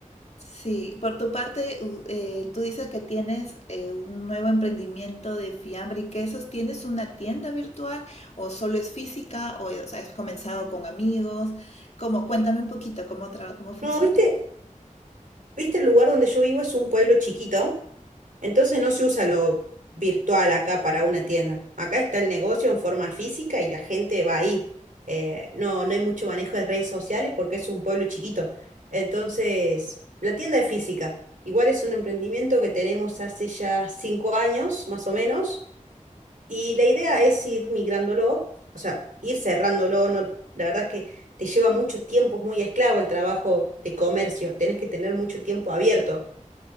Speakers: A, on the left; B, on the right.
A: Sí, por tu parte, u- eh, tú dices que tienes eh, un nuevo emprendimiento de fiambre y quesos. ¿Tienes una tienda virtual o solo es física o, o sea, has comenzado con amigos? ¿Cómo? Cuéntame un poquito cómo tra- cómo funciona.
B: No, viste, viste el lugar donde yo vivo es un pueblo chiquito, entonces no se usa lo virtual acá para una tienda. Acá está el negocio en forma física y la gente va ahí. Eh, no, no hay mucho manejo de redes sociales porque es un pueblo chiquito. Entonces, la tienda es física. Igual es un emprendimiento que tenemos hace ya cinco años, más o menos Y la idea es ir migrándolo, o sea, ir cerrándolo. No, la verdad es que te lleva mucho tiempo, es muy esclavo el trabajo de comercio, tenés que tener mucho tiempo abierto.